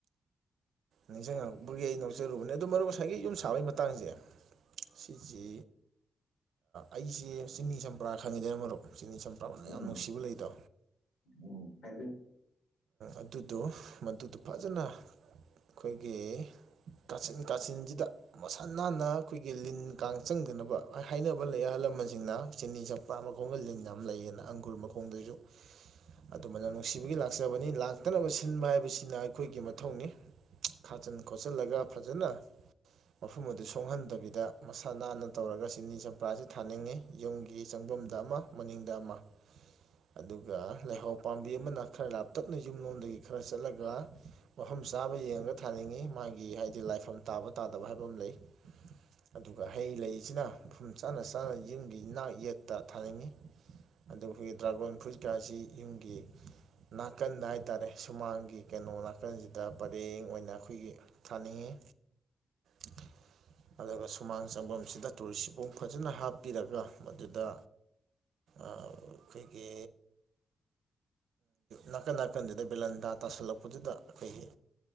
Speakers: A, on the right (about 75°); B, on the left (about 90°).
A: ꯅꯤꯡꯁꯤꯡꯉꯛꯄꯒꯤ ꯑꯩ ꯅꯣꯛꯖꯔꯨꯕꯅꯦ ꯑꯗꯨ ꯃꯔꯨꯞ ꯉꯁꯥꯏꯒꯤ ꯌꯨꯝ ꯁꯥꯕꯒꯤ ꯃꯇꯥꯡꯁꯦ ꯁꯤꯁꯤ ꯑꯩꯁꯦ ꯆꯤꯡꯅꯤ ꯆꯝꯄ꯭ꯔꯥ ꯈꯪꯉꯤꯗꯅ ꯃꯔꯨꯞ ꯆꯤ ꯅꯤꯡ ꯁꯝ ꯄ꯭ꯔꯥꯝꯕꯅ
B: ꯎꯝ
A: ꯌꯥꯝ ꯅꯨꯡꯁꯤꯕ ꯂꯩꯗꯣ
B: ꯎꯝ ꯍꯥꯏꯕꯤꯌꯨ
A: ꯑꯗꯨꯗꯣ ꯃꯗꯨꯗꯣ ꯐꯖꯅ ꯑꯩꯈꯣꯏꯒꯤ ꯀꯥꯆꯤꯟ ꯀꯥꯆꯤꯟꯁꯤꯗ ꯃꯁꯥ ꯅꯥꯟꯅ ꯑꯩꯈꯣꯏꯒꯤ ꯂꯤꯟ ꯀꯥꯡ ꯆꯪꯗꯅꯕ ꯍꯥꯏꯅꯕ ꯂꯩ ꯑꯍꯜꯂ ꯁꯤꯡꯅ ꯆꯤꯅꯤ ꯆꯝꯄ ꯑꯃ ꯃꯈ ꯂꯤ ꯌꯥꯝ ꯂꯩꯌꯦꯅ ꯑꯪꯒꯨꯔ ꯃꯈꯣꯡꯗꯁꯨ ꯑꯗꯨꯃꯥꯏꯅ ꯅꯨꯡꯁꯤꯕꯒꯤ ꯂꯥꯛꯆꯕꯅꯤ ꯂꯥꯛꯇꯅꯕ ꯁꯤꯟꯕ ꯍꯥꯏꯕꯁꯤꯅ ꯑꯩꯈꯣꯏꯒꯤ ꯃꯊꯧꯅꯤ ꯈꯥꯆꯟ ꯈꯣꯠꯆꯤꯟꯜꯂꯒ ꯐꯖꯅ ꯃꯐꯝ ꯑꯗꯨ ꯁꯣꯛꯍꯟꯗꯕꯤꯗ ꯃꯁꯥ ꯅꯥꯟꯅ ꯇꯧꯔꯒ ꯆꯤꯅꯤ ꯆꯝꯄ꯭ꯔꯥꯁꯤ ꯊꯥꯅꯤꯡꯉꯤ ꯌꯨꯝꯒꯤ ꯌꯝꯗ ꯑꯃ ꯃꯅꯤꯡꯗ ꯑꯃ ꯑꯗꯨꯒ ꯂꯩꯍꯧ ꯄꯥꯝꯕꯤ ꯑꯃꯅ ꯈꯔ ꯂ ꯇꯞꯅ ꯌꯨꯝꯂꯣꯝꯗꯒꯤ ꯈꯔ ꯆꯠꯂꯒ ꯃꯐꯝ ꯆꯥꯕ ꯌꯦꯡꯉꯒ ꯊꯥꯅꯤꯡꯉꯤ ꯃꯥꯒꯤ ꯍꯥꯏꯗꯤ ꯂꯥꯏꯐꯝ ꯇꯥꯕ ꯇꯥꯗꯕ ꯍꯥꯏꯕ ꯑꯃ ꯂꯩ ꯑꯗꯨꯒ ꯍꯩ ꯂꯩꯁꯤꯅ ꯃꯐꯝ ꯆꯥ ꯆꯥꯅ ꯌꯨꯝꯒꯤ ꯅꯥꯛ ꯌꯦꯠꯇ ꯊꯥꯅꯤꯡꯉꯤ ꯑꯩꯈꯣꯏꯒꯤ ꯗ꯭ꯔꯥꯒꯣꯟ ꯐ꯭ꯔꯨꯏꯠꯀꯥꯁꯤ ꯌꯨꯝꯒꯤ ꯅꯥꯀꯟꯗ ꯍꯥꯏꯇꯥꯔꯦ ꯁꯨꯃꯥꯡꯒꯤ ꯀꯩꯅꯣ ꯅꯥꯀꯟꯁꯤꯗ ꯄꯔꯦꯡ ꯑꯣꯏꯅ ꯑꯩꯈꯣꯏꯒꯤ ꯊꯥꯅꯤꯡꯉꯤ <inaudible> ꯑꯗꯨꯒ ꯁꯨꯃꯥꯡ ꯆꯪꯐꯝꯁꯤꯗ ꯇꯨꯔꯤ ꯁꯤꯄꯨꯡ ꯐꯖꯅ ꯍꯥꯞꯄꯤꯔꯒ ꯃꯗꯨꯗ ꯑꯩꯈꯣꯏꯒꯤ ꯅꯥꯀꯟ ꯅꯥꯀꯟꯁꯤꯗ ꯕꯦꯂꯟꯗꯥ ꯇꯥꯁꯜꯂꯛꯄꯗꯨꯗ ꯀꯈꯩ